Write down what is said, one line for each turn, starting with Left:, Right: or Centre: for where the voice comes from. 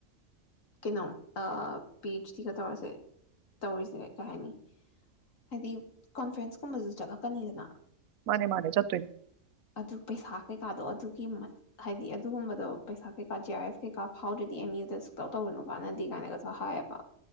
Left: ꯀꯩꯅꯣ ꯄꯤ ꯑꯩꯆ ꯗꯤꯒ ꯇꯧꯔꯁꯦ ꯇꯧꯔꯤꯁꯦ ꯀꯩ ꯍꯥꯏꯅꯤ ꯍꯥꯏꯗꯤ ꯀꯣꯟꯐ꯭ꯔꯦꯟꯁ ꯀꯨꯝꯕꯁꯨ ꯆꯠꯂꯛꯀꯅꯤꯗꯅ
Right: ꯃꯥꯅꯦ ꯃꯥꯅꯦ ꯆꯠꯇꯣꯏꯅꯤ
Left: ꯑꯗꯨ ꯄꯩꯁꯥ ꯀꯩꯀꯥꯗꯣ ꯑꯗꯨꯒꯤ ꯍꯥꯏꯗꯤ ꯑꯗꯨꯒꯨꯝꯕꯗꯣ ꯄꯩꯁꯥ ꯀꯩꯀꯥ ꯖꯤ ꯑꯥꯔ ꯑꯦꯐ ꯀꯩꯀꯥ ꯐꯥꯎꯗ꯭ꯔꯗꯤ ꯑꯦꯝ ꯌꯨꯗ ꯁꯨꯛꯇꯧ ꯇꯧꯔꯨꯅꯣ ꯀꯥꯟꯅꯗꯦ ꯀꯥꯏꯅꯒꯁꯨ ꯍꯥꯏꯌꯦꯕ